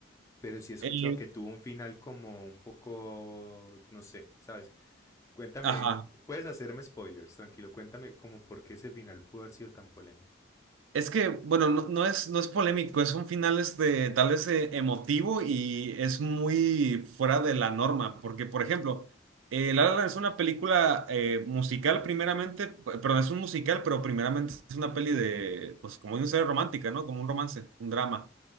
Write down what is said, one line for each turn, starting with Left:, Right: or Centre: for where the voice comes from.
Left: pero sí he escuchado
Right: Eh,
Left: que tuvo un final como un poco, no sé, ¿sabes? Cuéntame,
Right: ajá.
Left: puedes hacerme spoilers, tranquilo, cuéntame como por qué ese final pudo haber sido tan polémico.
Right: Es que, bueno, no, no es, no es polémico, es un final este, tal vez eh, emotivo y es muy fuera de la norma, porque, por ejemplo, eh, La La Land es una película eh, musical primeramente, p- perdón, es un musical, pero primeramente es una peli de, pues como dice, romántica, ¿no? Como un romance, un drama.